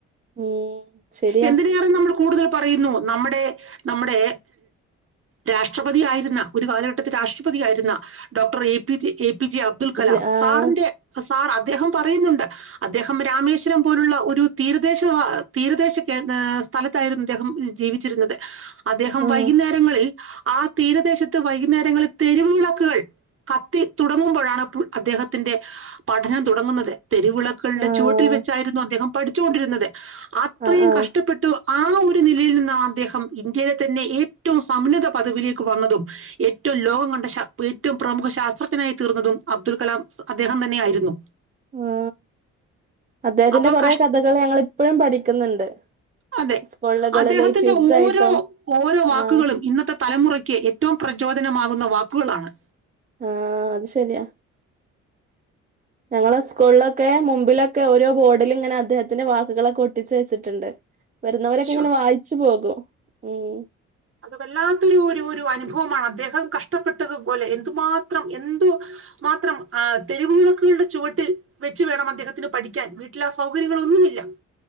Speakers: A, on the right (about 20°); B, on the right (about 35°).
A: ഉം ശരിയാ
B: എന്തിനേറെ നമ്മൾ കൂടുതൽ പറയുന്നു നമ്മുടെ നമ്മുടെ രാഷ്ട്രപതിയയി ആയിരു ന്ന ഒരു കാലഘട്ടത്തി രാഷ്ട്രപതിയായിരുന്ന ഡോക്ടർ എ പി തി എ പി ജെ അബ്ദുൾ കലാം
A: ഇജ് ആഹ്
B: സാറിന്റെ സാർ അദ്ദേഹം പറയുന്നുണ്ട് അദ്ദേഹം രാമേശ്വരം പോലുള്ള ഒരു തീരദേശ വാ തീരദേശ ഏ സ്ഥലത്തായിരുന്നു അദ്ദേഹം ജീവിച്ചിരുന്നത് അദ്ദേഹം
A: ആഹ്
B: വൈകുന്നേരങ്ങളിൽ ആ തീരദേശ ത്ത് വൈകുന്നേരങ്ങളിൽ തെരുവ്വിളക്കുകൾ കത്തി തുടങ്ങുമ്പോഴാണ് ഇപ്പോൾ അദ്ദേഹത്തിന്റെ പഠനം തുടങ്ങുന്നത് തെരുവിളക്കളുടെ
A: ആഹ്
B: ചുവട്ടിൽ വെച്ചായിരുന്നു അദ്ദേഹം പഠിച്ചുകൊണ്ടിരുന്നത് അത്രയും
A: ആഹ് ആഹ്
B: കഷ്ടപ്പെട്ടു ആ ഒരു നിലയിൽ നിന്നാണ് അദ്ദേഹം ഇന്ത്യയിലെ തന്നെ ഏറ്റവും സമന്നത പദവിലേക്ക് വന്നതും ഏറ്റവും ലോകം കണ്ട ഏറ്റവും പ്രമുഖ ശാസ്ത്രജ്നായി തീർന്നതും അബ്ദുൽ കലാം അദ്ദേഹം തന്നെ ആയിരുന്നു
A: ആ അദ്ദേഹത്തിന്റെ
B: അപ്പൊ
A: കൊറെ
B: കഷ്
A: കഥകൾ ഞങ്ങ ഇപ്പോഴും പഠിക്കുന്നുണ്ട്
B: അതെ
A: സ്കൂളുകളില്
B: അദ്ദേഹത്തിന്റെ
A: ക്യൂസ്
B: ഓരോ
A: ആയിട്ടും
B: ഓരോ വാക്കുകളും
A: ആഹ്
B: ഇന്നത്തെ തലമുറയ്ക്ക് ഏറ്റവും പ്രചോദനമാകുന്ന വാക്കുകളാണ്
A: ആ അത് ശരിയാ ഞങ്ങള സ്കൂളിലൊക്കെ മുമ്പിലൊക്കെ ഓരോ ബോർഡില ഇങ്ങനെ അദ്ദേഹത്തിന്റെ വാക്കുകളൊക്കെ ഒട്ടിച്ചു വെച്ചിട്ടുണ്ട് വരുന്നവരൊക്കെ
B: ശോ
A: ഇങ്ങനെ വായിച്ചു പോകും മം
B: അത് വല്ലാത്തൊ ഒരു ഒരു അനുഭവമാണ് അദ്ദേഹം കഷ്ടപ്പെട്ടതുപോലെ എന്തുമാത്രം എന്തു മാത്രം തെരുവിുളക്കുകളുടെ ചുവട്ടിൽ വെച്ച വേണം അദ്ദേഹത്തിന് പഠിക്കാൻ വീട്ടില ആ സൗകര്യങ്ങളൊന്നും